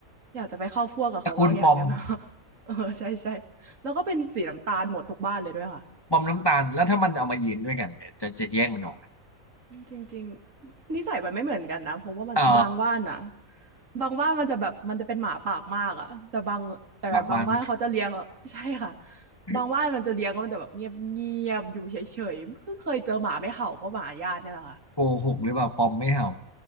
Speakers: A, on the right; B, on the left.
A: อยากจะไปเข้าพวกกับเขาว่างอยากได้บ้าง
B: ตระกูลปอม
A: <laughs> เออใช่ใช่แล้วก็เป็นสีน้ำตาลหมดทุกบ้านเลยด้วยค่ะ
B: ปอมน้ำตาลแล้วถ้ามันเอามายืนด้วยกันเนี่ยจะจะแย่งมันออกไหม
A: จริงๆนิสัยมันไม่เหมือนกันนะเพราะว่ามันบางบ้านนะ
B: อ๋อ
A: บางบ้านมันจะแบบมันจะเป็นหมาปากมากอะแต่บางแต่บางบ้านเขาจะเลี้ยงอะใช่ค่ะ
B: บางบ้านมัน <laughs>
A: บางบ้านมันจะเลี้ยงก็มันจะแบบเงียบเงียบอยู่เฉยๆเพิ่งเคยเจอหมาไม่เห่าก็หมาญาติเนี่ยแหละค่ะ
B: โกหกหรือเปล่าปอมไม่เห่า